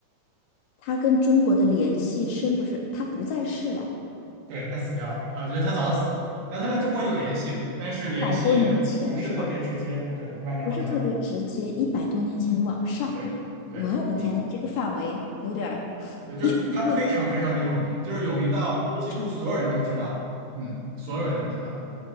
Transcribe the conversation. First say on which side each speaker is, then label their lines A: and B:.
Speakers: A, on the left; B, on the right.
A: 他跟中国的联系深不深？他不在世了，
B: 对，他死掉了啊，就是他早就死了。然后他跟中国有联系，但是联系不是特别直接，
A: 一百多年前是吧？
B: 对，万年往上的
A: 不是特别直接，一百多年前往上，
B: 对对，
A: 我的天呐，
B: 嗯，
A: 你这个范围有点儿
B: 对，就是他非常非常的有名，
A: <laughs> 又又
B: 就是有名到几乎所有人都知道，
A: 非常
B: 嗯，所有人都知道。